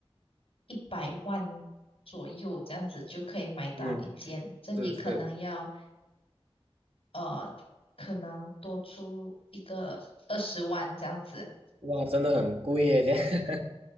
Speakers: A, on the left; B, on the right.
A: 一百万左右这样子就可以买到一间，
B: 嗯，
A: 这里可能要
B: 是是，
A: 呃可能多出一个二十万这样子。
B: 哇，真的很贵耶，这样，<laughs>